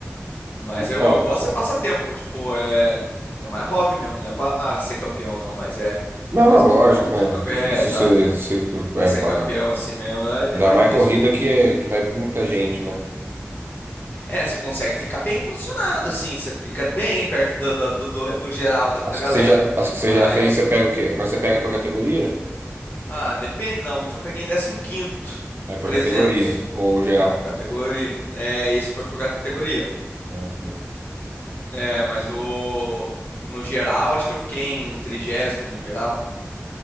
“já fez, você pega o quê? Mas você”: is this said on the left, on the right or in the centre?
Right